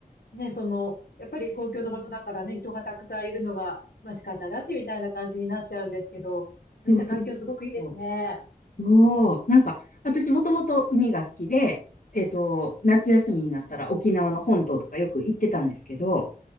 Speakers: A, on the left; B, on the left.
A: ね、その、やっぱり公共の場所だからね、人がたくさんいるのが、まあ仕方だし、みたいな感じになっちゃうんですけど、
B: そうそうそう。
A: そういった環境すごくいいですね。
B: そうなんか、私もともと海が好きで、えっと、夏休みになったら沖縄の本島とかよく行ってたんですけど、